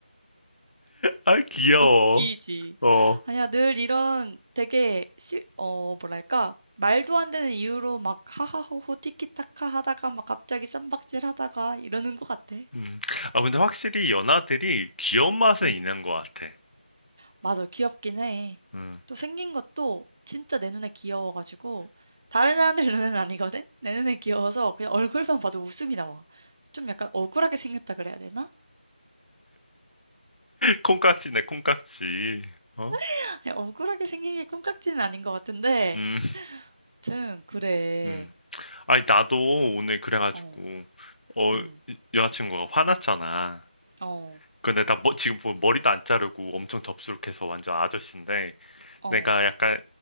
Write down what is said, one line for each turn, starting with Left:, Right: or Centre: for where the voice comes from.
Left: 아, 귀여워.
Right: 웃기지.
Left: 어,
Right: 아니야, 늘 이런 되게 실, 어, 뭐랄까. 말도 안 되는 이유로 막 하하호호 티키타카 하다가 막 갑자기 쌈박질 하다가 이러는 것 같아.
Left: 음. 아, 근데 확실히 연하들이 귀여운 맛은
Right: 음.
Left: 있는 것 같아.
Right: 맞아. 귀엽긴 해.
Left: 음.
Right: 또 생긴 것도 진짜 내 눈에 귀여워 가지고 다른 사람들 <laughs> 눈에는 아니거든. 내 눈에 귀여워서 그냥 얼굴만 봐도 웃음이 나와. 좀 약간 억울하게 생겼다 그래야 되나?
Left: 콩깍지네, 콩깍지. 어?
Right: <laughs> 아니, 억울하게 생긴 게 콩깍지는 아닌 것 같은데
Left: 음,
Right: 좀 그래.
Left: 음. 아니, 나도 오늘 그래가지고,
Right: 어.
Left: 어,
Right: 음.
Left: 여자친구가 화났잖아.
Right: 어.
Left: 근데 나 뭐 지금 보면 머리도 안 자르고 엄청 덥수룩해서 완전 아저씨인데,
Right: 어.
Left: 내가 약간